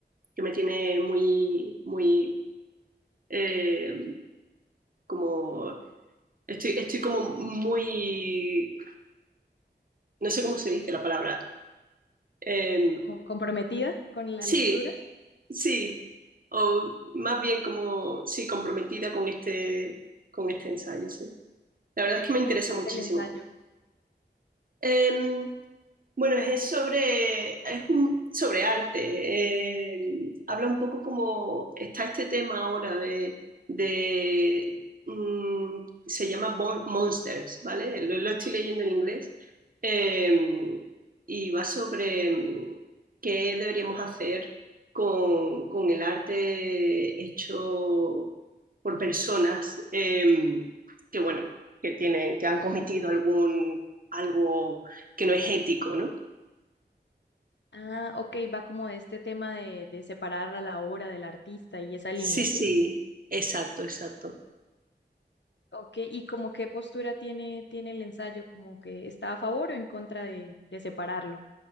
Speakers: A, on the right; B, on the left.
A: que me tiene muy, muy, eh, como, estoy, estoy como muy, no sé cómo se dice la palabra. Eh,
B: ¿Como comprometida con la
A: sí,
B: lectura?
A: sí, o más bien como, sí, comprometida con este, con este ensayo, sí. La verdad es que me interesa
B: ¿Y de qué
A: muchísimo.
B: es el ensayo?
A: Em, Bueno, es sobre, es un, sobre arte. eh, habla un poco como está este tema ahora de, de, mm, se llama Bon- Monsters, ¿vale? Lo, lo estoy leyendo en inglés. eh, y va sobre mm, qué deberíamos hacer con, con el arte hecho por personas eh, que, bueno, que tienen, que han cometido algún, algo que no es ético, ¿no?
B: Ah, ok, va como de este tema de, de separar a la obra del artista y esa línea,
A: Sí, sí,
B: ¿sí?
A: exacto, exacto.
B: Ok, ¿y como qué postura tiene, tiene el ensayo? ¿Como que está a favor o en contra de, de separarlo?